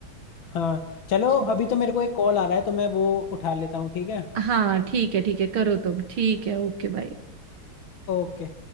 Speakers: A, on the left; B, on the right.
A: हाँ चलो
B: अच्छा,
A: अभी तो मेरे को एक कॉल आ रहा है तो मैं वो उठा लेता हूँ ठीक है
B: हाँ ठीक है ठीक है करो तुम ठीक है ओके बाय
A: ओके